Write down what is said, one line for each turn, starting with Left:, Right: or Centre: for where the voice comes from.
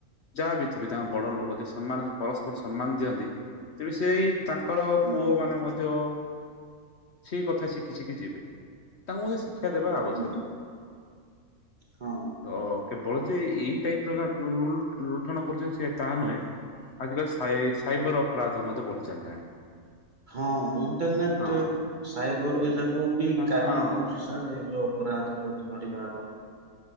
Left: ଯାହା ବିି ଥିବେ ତାଙ୍କ ବଡ ଲୋକ ଯ ସମ୍ମାନ ପରସ୍ପର ସମ୍ମାନ ଦିଅନ୍ତି, ତେବେ ସେଇ ତାଙ୍କର
Right: ହୁଁ
Left: ପୁଅ ମାନେ ମଧ୍ୟ <inaudible> ସେଇ କଥା ଶିଖି ଶିଖି ଯିବେ। ତାଙ୍କୁ ମ ଶିକ୍ଷା ଦେବା ଆବଶ୍ୟକ।
Right: ହୁଁ ହଁ
Left: ତ କେବଳ ଯେ ଏଇ ଟାଇପ ର ଲୁଲୁ ଲୁଲଠଣ କରୁଛନ୍ତି ସେ ତାହା ନୁହେଁ ଆଜିକାଲି ସାଇ ସାଇବର ଅପରାଧ ମଧ୍ୟ ବଢି ଚାଲିଲାଣି।
Right: ହଁ ଇଣ୍ଟରନେଟ
Left: ହଁ
Right: ସାଇବର ଏ ଯାକ ବି
Left: ହଁ
Right: କାରଣ
Left: ହଁ
Right: ହଉଛି। ଯୋଉ ଅପରାଧ ବଢିବାର